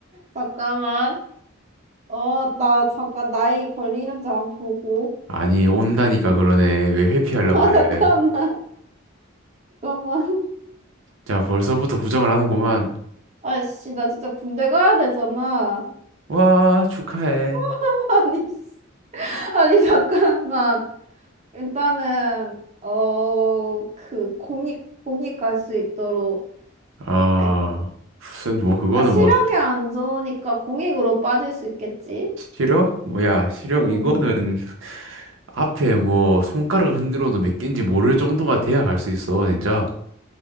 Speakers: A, on the right; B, on the right.
A: 잠깐만. 어, 나 잠깐 나이 걸리는지 안 보고.
B: 아니, 온다니까 그러네. 왜 회피하려
A: <laughs> 아,
B: 그래.
A: 잠깐만. 잠깐만.
B: 자, 벌써부터 부정을 하는구만.
A: 아이씨, 나 진짜 군대 가야 되잖아.
B: 와, 축하해.
A: <laughs> 아니, 씨. 아니, 잠깐만. 일단은 어 그 공익 공익 갈 수 있도록
B: 아,
A: 아이,
B: 무슨 뭐 그거는
A: 아 시력이
B: 뭐
A: 안 좋으니까 공익으로 빠질 수 있겠지.
B: 시력? 뭐야, 시력
A: 음.
B: 이거는 앞에 뭐 손가락 흔들어도 몇 개인지 모를 정도가 돼야 갈 수 있어, 진짜.